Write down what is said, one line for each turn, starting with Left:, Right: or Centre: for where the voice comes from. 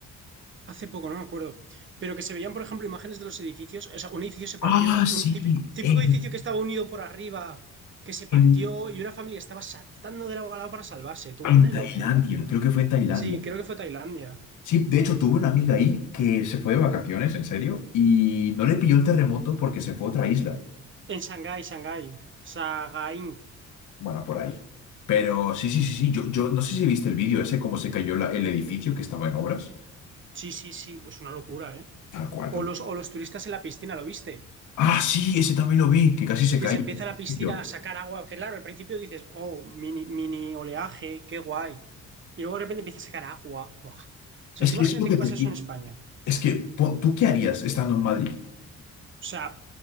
Right: Hace poco, no me acuerdo. Pero que se veían, por ejemplo, imágenes de los edificios. O sea, un edificio se partió,
Left: Ah, sí,
Right: un típico, típico
Left: en,
Right: edificio que estaba unido por arriba, que se partió
Left: en-
Right: y una familia estaba saltando de lado a lado para salvarse. Tú,
Left: en
Right: una
Left: Tailandia,
Right: locura.
Left: creo que fue en Tailandia.
Right: Sí, creo que fue Tailandia.
Left: Sí, de hecho tuve una amiga ahí que se fue de vacaciones, en serio, y no le pilló el terremoto porque se fue a otra isla.
Right: En Shanghái, Shanghái. Sagaing.
Left: Bueno, por ahí. Pero sí, sí, sí, sí, yo, yo no sé si viste el vídeo ese, cómo se cayó la- el edificio que estaba en obras.
Right: Sí, sí, sí. Es una locura, ¿eh?
Left: Tal cual,
Right: O
Left: tal.
Right: los, o los turistas en la piscina, ¿lo viste?
Left: Ah, sí, ese también lo vi, que casi se
Right: Que
Left: caía.
Right: se empieza
Left: el
Right: la piscina
Left: edificio.
Right: a sacar agua. Que claro, al principio dices, oh, mini, mini oleaje, qué guay. Y luego de repente empieza a sacar agua. Buah. O sea,
Left: Es
Right: tú
Left: que
Right: imagínate
Left: es lo que
Right: qué
Left: te
Right: pasa
Left: digo.
Right: eso en España.
Left: Es que, pon- ¿tú qué harías estando en Madrid?
Right: O sea,